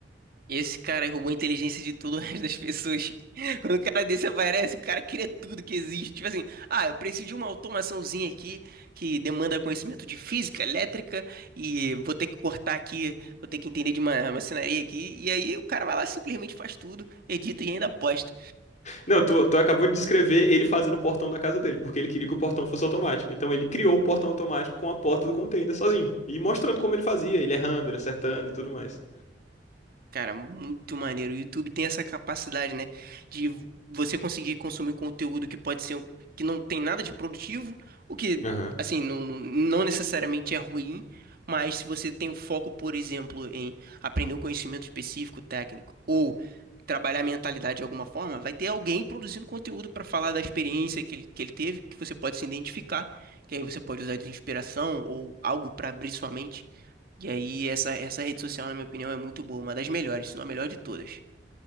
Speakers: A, on the right; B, on the left.
A: Esse cara aí roubou a inteligência de todo o resto das pessoas. <laughs> Quando o cara desse aparece, o cara cria tudo que existe. Tipo assim, ah, eu preciso de uma automaçãozinha aqui que demanda conhecimento de física, elétrica, e vou ter que cortar aqui, vou ter que entender de uma maçonaria aqui. E aí o cara vai lá, simplesmente faz tudo, edita e ainda posta.
B: Não, tu, tu acabou de descrever ele fazendo o portão da casa dele, porque ele queria que o portão fosse automático. Então ele criou o portão automático com a porta do container sozinho e mostrando como ele fazia, ele errando, ele acertando e tudo mais.
A: Cara, muito maneiro. O YouTube tem essa capacidade, né, de você conseguir consumir conteúdo que pode ser um- que não tem nada de produtivo, o que,
B: Aham.
A: assim, não não necessariamente é ruim, mas se você tem o foco, por exemplo, em aprender um conhecimento específico, técnico, ou trabalhar a mentalidade de alguma forma, vai ter alguém produzindo conteúdo para falar da experiência que ele, que ele teve, que você pode se identificar, que aí você pode usar de inspiração ou algo para abrir sua mente. E aí, essa, essa rede social, na minha opinião, é muito boa, uma das melhores, se não a melhor de todas.